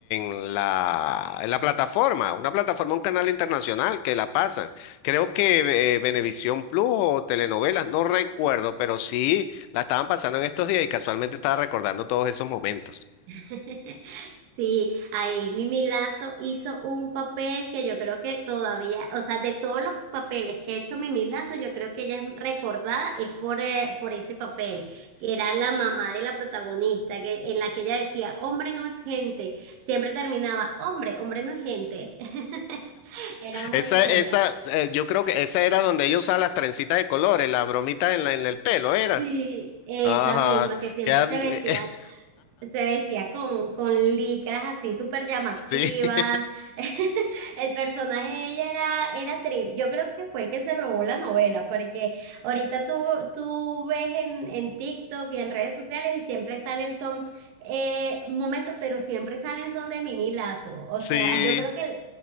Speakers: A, on the left; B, on the right.
A: en la, en la plataforma, una plataforma, un canal internacional que la pasan. Creo que eh, Venevisión Plus o telenovelas, no recuerdo, pero sí la estaban pasando en estos días y casualmente estaba recordando todos esos momentos.
B: <laughs> Sí, ahí Mimi Lazo hizo un papel que yo creo que todavía, o sea, de todos los papeles que ha hecho Mimi Lazo, yo creo que ella es recordada es por, eh, por ese papel, que era la mamá de la protagonista, que, en la que ella decía, hombre no es gente, siempre terminaba, hombre, hombre no es gente, <laughs> era muy
A: Esa,
B: buena.
A: esa, eh, yo creo que esa era donde ella usaba las trencitas de colores, las bromitas en, la- en el pelo, era.
B: Sí, esa
A: Ajá.
B: misma que siempre
A: que hab-
B: se vestía Se vestía con, con licras así súper llamativas.
A: <laughs> sí,
B: <laughs> El personaje de ella era, era Trip. Yo creo que fue el que se robó la novela, porque ahorita tú, tú ves en, en TikTok y en redes sociales y siempre salen son eh, momentos, pero siempre salen son de Mimi Lazo. O
A: sí.
B: sea, <laughs> yo creo que,